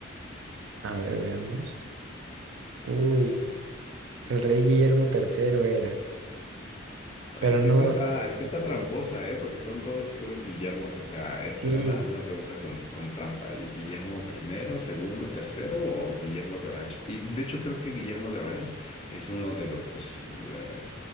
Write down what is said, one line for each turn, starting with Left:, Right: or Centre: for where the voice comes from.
Right: A ver, veamos. Uy, el rey Guillermo Tercero era, pero
Left: Es
Right: no,
Left: que esta está, esta está tramposa, ¿eh? Porque son todos puros Guillermos. O sea,
Right: sí,
Left: esta era una, una pregunta con, con trampa. ¿Y Guillermo primero, segundo, tercero o Guillermo de Orange? Y de hecho creo que Guillermo de Orange es uno de los eh,